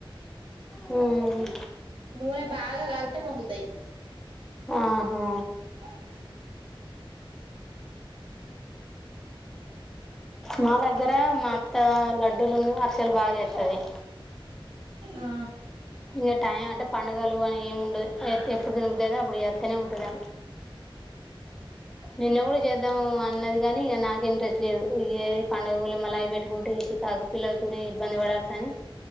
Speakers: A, in the centre; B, on the right.
A: మ్మ్
B: నూనె బాగా గాల్తే పొంగుతయి.
A: ఆహా
B: అదే
A: మా దగ్గర మా అత్త లడ్డూలును అరిసెలు బాగ చేత్తది.
B: ఆ
A: ఇంగ టైం అంటే పండుగలు అని ఏమి ఉండదు. ఎప్పు ఎప్పుడు తినబుద్ధి అయితె అబ్బుడు చేత్తనే ఉంటది ఆమె నిన్నగూడ చేద్దాం అన్నది కానీ, ఇక నాకె ఇంట్రెస్ట్ లేదు ఈ పండుగవలె మళ్ళ అవి పెట్టుకుంటే ఇగ చికాకు పిల్లలతోనే ఇబ్ ఇబ్బంది పడాల్సి అని